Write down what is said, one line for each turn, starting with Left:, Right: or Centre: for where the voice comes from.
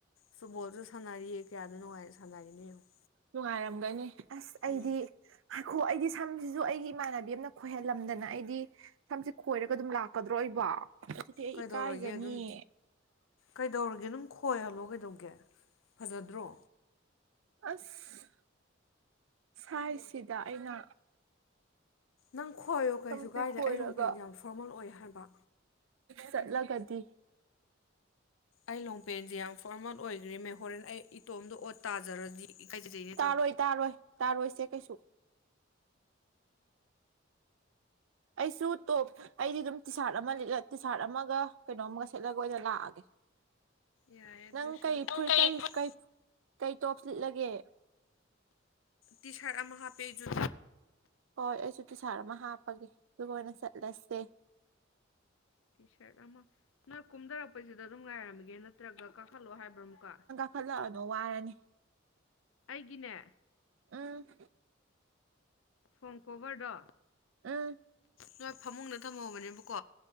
Left: ꯐꯨꯠꯕꯣꯜꯁꯨ ꯁꯥꯟꯅꯔꯤꯌꯦ ꯀꯌꯥꯗ ꯅꯨꯡꯉꯥꯏꯅ ꯁꯥꯟꯅꯔꯤꯅꯦ ꯌꯦꯡꯉꯣ
Right: ꯅꯨꯡꯉꯥꯏꯔꯝꯒꯅꯤ ꯑꯁ ꯑꯩꯗꯤ
Left: ꯎꯝ
Right: ꯍꯥꯏꯈꯣ ꯑꯩꯗꯤ ꯁꯝꯁꯤꯁꯨ ꯑꯩꯒꯤ ꯏꯃꯥꯟꯅꯕꯤ ꯑꯃꯅ ꯈꯣꯏꯍꯜꯂꯝꯗꯅ ꯑꯩꯗꯤ ꯁꯝꯁꯦ ꯈꯣꯏꯔꯒ ꯑꯗꯨꯝ ꯂꯥꯛꯀꯗ꯭ꯔꯣ ꯑꯩꯕꯣ ꯑꯗꯨꯗꯤ
Left: ꯀꯩꯗꯧꯔꯒꯦ
Right: ꯏꯀꯥꯏꯖꯅꯤꯌꯦ
Left: ꯑꯗꯨꯝ ꯀꯩꯗꯧꯔꯒꯦ ꯑꯗꯨꯝ ꯈꯣꯏꯍꯜꯂꯣ ꯀꯩꯗꯧꯒꯦ ꯐꯖꯗ꯭ꯔꯣ
Right: ꯑꯁ ꯁꯥꯏꯁꯤꯗ ꯑꯩꯅ
Left: ꯅꯪ ꯈꯣꯏꯌꯣ ꯀꯩꯁꯨꯀꯥꯏꯗꯦ
Right: ꯁꯝꯁꯦ ꯈꯣꯏꯔꯒ
Left: ꯑꯩ ꯔꯣꯡꯄꯦꯟ ꯌꯥꯝ ꯐꯣꯔꯃꯦꯜ ꯑꯣꯏ ꯍꯥꯏꯕ
Right: ꯆꯠꯂꯒꯗꯤ
Left: ꯑꯩ ꯂꯣꯡꯄꯦꯟꯁꯦ ꯌꯥꯝ ꯐꯣꯔꯃꯜ ꯑꯣꯏꯈ꯭ꯔꯦ ꯃꯦ ꯍꯣꯔꯦꯟ ꯑꯩ ꯏꯇꯣꯝꯗ ꯑꯣꯠ ꯇꯥꯖꯔꯗꯤ ꯏꯀꯥꯏꯖꯩꯍꯦ
Right: ꯇꯥꯔꯣꯏ ꯇꯥꯔꯣꯏ ꯇꯥꯔꯣꯏꯁꯦ ꯀꯩꯁꯨ ꯑꯩꯁꯨ ꯇꯣꯞ ꯑꯩꯗꯤ ꯑꯗꯨꯝ ꯇꯤ ꯁꯥꯥꯔꯠ ꯑꯃ ꯂꯤꯠꯂ ꯇꯤ ꯁꯥꯥꯔꯠ ꯑꯃꯒ ꯀꯩꯅꯣ ꯑꯃꯒ ꯁꯦꯠꯂꯒ ꯑꯣꯏꯅ ꯂꯥꯛꯑꯒꯦ
Left: ꯌꯥꯢ ꯑꯗꯨꯁꯨ
Right: ꯅꯪ ꯀꯩ
Left: ꯅꯪ
Right: ꯐꯨꯔꯤꯠ
Left: ꯀꯩꯒꯤ
Right: ꯀꯩ
Left: ꯐꯨꯠ
Right: ꯀꯩ ꯀꯩ ꯇꯣꯞꯁ ꯂꯤꯠꯂꯒꯦ
Left: ꯇꯤꯁꯥꯔꯠ ꯑꯃ ꯍꯥꯞꯄꯦ ꯑꯩꯖꯨ
Right: ꯍꯣꯏ ꯑꯩꯁꯨ ꯇꯤꯁꯥꯔꯠ ꯑꯃ ꯍꯥꯞꯄꯒꯦ ꯑꯗꯨꯒ ꯑꯣꯏꯅ ꯆꯠꯂꯁꯦ
Left: ꯇꯤ ꯁꯥꯔꯠ ꯑꯃ ꯅꯣꯏ ꯀꯨꯝꯗꯔꯛꯄꯁꯤꯗ ꯑꯗꯨꯝ ꯉꯥꯏꯔꯝꯃꯒꯦ ꯅꯠꯇ꯭ꯔꯒ ꯀꯥꯈꯠꯂꯛ ꯑꯣ ꯍꯥꯏꯕ꯭ꯔꯥ ꯑꯃꯨꯛꯀ
Right: ꯍꯜꯂꯛꯑꯅꯣ ꯋꯥꯔꯅꯤ
Left: ꯑꯩꯒꯤꯅꯦ
Right: ꯎꯝ
Left: ꯐꯣꯟ ꯀꯣꯚꯔ ꯗꯣ
Right: ꯎꯝ
Left: ꯅꯣꯏ ꯐꯃꯨꯡꯗ ꯊꯝꯍꯧꯕꯅꯦꯕꯀꯣ